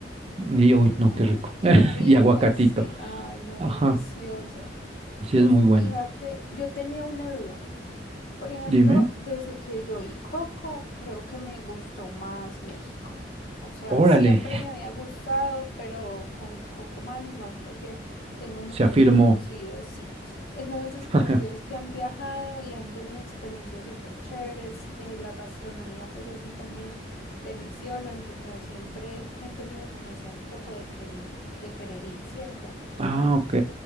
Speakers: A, on the right; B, on the left.
A: Y uy, no,
B: Ay,
A: qué rico. <laughs>
B: qué rico,
A: Y aguacatito.
B: sí. Ay, no,
A: Ajá.
B: delicioso.
A: Así
B: Y
A: es muy
B: fíjate,
A: bueno.
B: yo tenía una duda. Por ejemplo,
A: Dime.
B: desde que yo vi Coco, creo que me gustó más México. O sea,
A: Órale.
B: siempre
A: <laughs>
B: me había gustado, pero con Coco más y más porque tengo muchos
A: Se afirmó.
B: conocidos, sí, tengo muchos
A: <laughs>
B: conocidos que han viajado y han tenido experiencias súper chéveres, eh, la gastronomía pues así también deliciosa, entonces no, siempre he tenido como ese antojo de querer, de querer ir, ¿cierto?
A: Ah, ok.